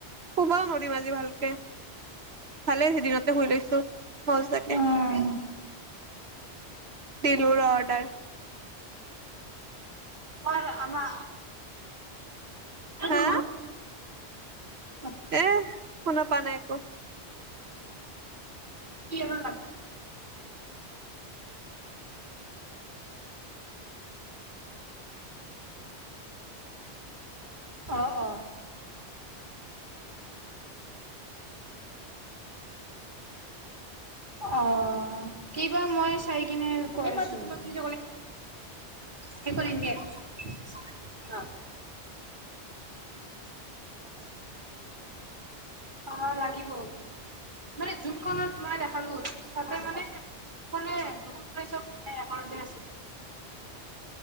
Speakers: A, on the right (about 65°); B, on the right (about 45°).
A: শুবও নোৱাৰিম আজি ভালকে। ভালে দিনতে শুই লৈছোঁ মজাকে।
B: উম
A: দিলো ৰ' অৰ্ডাৰ।
B: আৰু আমা <inaudible>
A: হা
B: হয়
A: এ, শুনা পোৱা নাই। ক
B: কি <inaudible> অ', অ। অ', কিবা মই চাই কিনে কৈ আছোঁ <unintelligible> সেইখন ইণ্ডিয়ান, অ'। অ', লাগিব। মানে যোনখনত মই দেখালো, তাতে মানে ক'লে <unintelligible> এঘৰতে আছে।